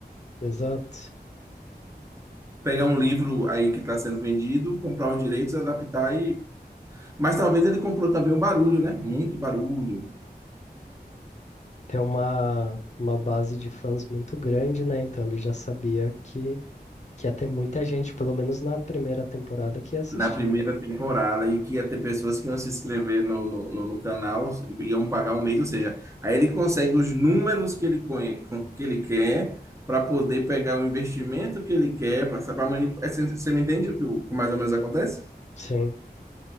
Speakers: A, on the left (about 45°); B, on the right (about 15°).
A: Exato.
B: Pegar um livro aí que está sendo vendido, comprar os direitos, adaptar e Mas talvez ele comprou também o barulho, né? Muito barulho
A: Tem uma, uma base de fãs muito grande, né? Então ele já sabia que que ia ter muita gente, pelo menos na primeira temporada, que ia assistir.
B: na primeira temporada e que ia ter pessoas que iam se inscrever no, no, no- no canal, iam pagar um mês, ou seja, aí ele consegue os números que ele, conhe- com- que ele quer para poder pegar o investimento que ele quer, para manipular. Você você me entende o que o- mais ou menos acontece?
A: Sim,